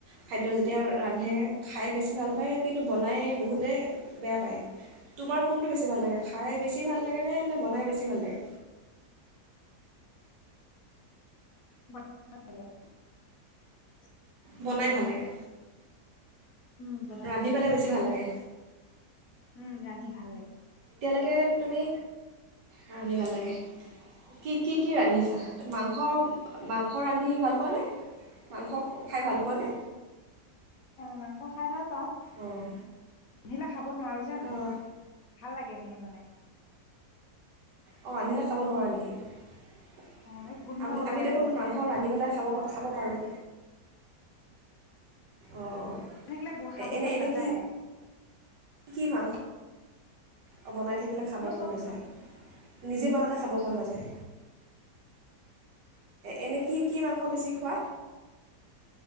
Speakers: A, on the right (about 85°); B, on the left (about 60°).
A: খাদ্য যেতিয়া ৰান্ধে খাই বেছি ভাল পায় কিন্তু বনাই বহুতে বেয়া পায়। তোমাৰ কোনটো বেছি ভাল লাগে খাই বেছি ভাল লাগে? নে নে বনাই বেছি ভাল লাগে?
B: সে <unintelligible>
A: বনাই ভাল লাগে।
B: উম বনাই
A: ৰান্ধি
B: ভাল
A: পেলাই
B: লাগে।
A: বেছি ভাল লাগে
B: উম ৰান্ধি ভাল লাগে।
A: লৈকে তুমি, ৰান্ধি ভাল লাগে। কি কি কি ৰান্ধিছা? মাংস মাংস ৰান্ধি ভাল পোৱা নে মাংস? খাই ভাল পোৱানে
B: অম পাওঁ <unintelligible> অঁ খাই ভাল পাওঁ।
A: অঁ
B: নিলাহ। খাব নোৱাৰো যেন,
A: অঁ
B: ভাল লাগে। কেনেই বনাই?
A: অঁ ৰান্ধিলে খাব নোৱাৰা নেকি? <unintelligible>
B: অ এই গোন্ধ
A: আমি,
B: ওলাই
A: আমি দেখোন
B: মানে
A: মাংস ৰান্ধি পেলাই খাব, খাব পাৰোঁ। অঁ
B: থাকিলে গো, খাব
A: এ- এনে
B: মন
A: এনে
B: নাযায়।
A: কি কি ভাল অঁ বনাই থাকিলে খাব
B: মই
A: মন
B: চব
A: নাযায়।
B: খাওঁ
A: নিজে বনালে খাব মন নাযায়। এনে কি, কি মাংস বেছি খোৱা?